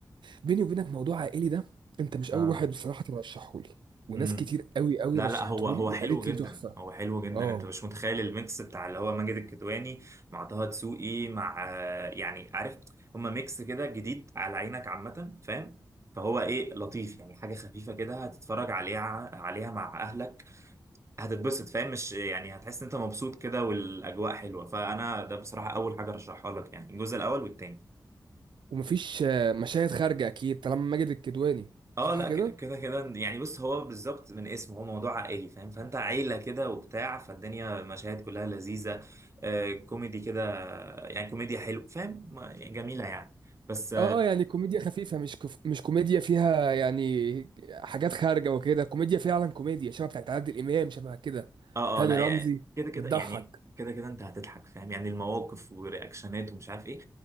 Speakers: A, on the right; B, on the right.
A: بيني وبينك موضوع عائلي ده انت مش
B: اه
A: اول واحد بصراحه ترشحه لي وناس
B: امم
A: كتير قوي قوي
B: لا
A: رشحته
B: لا هو هو
A: لي
B: حلو
A: وقالت
B: جدا
A: لي تحفه
B: هو حلو جدا
A: اه
B: انت مش متخيل الميكس بتاع اللي هو ماجد الكدواني مع طه دسوقي مع آه، يعني عارف هما ميكس كده جديد على عينك عامة فاهم فهو ايه لطيف يعني حاجة خفيفة كده هتتفرج عليها عليها مع اهلك هتتبسط فاهم مش يعني هتحس ان انت مبسوط كده والاجواء حلوة فانا ده بصراحة اول حاجة رشحها لك يعني الجزء الاول والتاني
A: ومفيش آه، مشاهد خارجه اكيد طالما ماجد الكدواني
B: اه
A: صح
B: لا
A: كده
B: ك- كده كده يعني بص هو بالظبط من اسمه هو موضوع عائلي فاهم فانت عيلة كده وبتاع فالدنيا مشاهد كلها لذيذة آه كوميدي كده يعني كوميديا حلو فاهم ما- يعني جميلة يعني بس
A: اه يعني كوميديا خفيفه مش كف... مش كوميديا فيها يعني حاجات خارجه وكده كوميديا فعلا كوميديا شبه بتاعت عادل امام شبه كده
B: اه
A: هاني
B: اه لا
A: رمزي
B: يعني كده كده
A: بتضحك
B: يعني كده كده انت هتضحك فاهم يعني المواقف ورياكشنات ومش عارف ايه